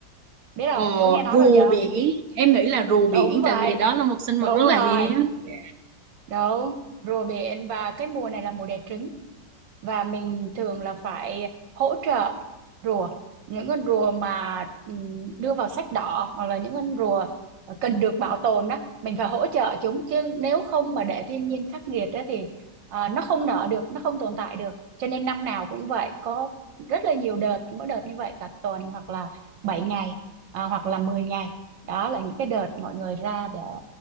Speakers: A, on the right (about 80°); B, on the right (about 60°).
A: biết
B: ờ,
A: không có nghe nói
B: rùa
A: bao giờ
B: biển,
A: không
B: em nghĩ là rùa biển
A: đúng vậy
B: tại vì đó là một sinh
A: đúng
B: vật rất là
A: rồi
B: hiếm. Dạ.
A: đúng rùa biển và cái mùa này là mùa đẻ trứng và mình thường là phải hỗ trợ rùa những con rùa mà ừm, đưa vào sách đỏ hoặc là những con rùa cần được bảo tồn đó mình phải hỗ trợ chúng chứ nếu không mà để thiên nhiên khắc nghiệt đó thì à, nó không nở được nó không tồn tại được cho nên năm nào cũng vậy có rất là nhiều đợt mỗi đợt như vậy cả tuần hoặc là bảy ngày à, hoặc là mười ngày đó là những cái đợt mọi người ra để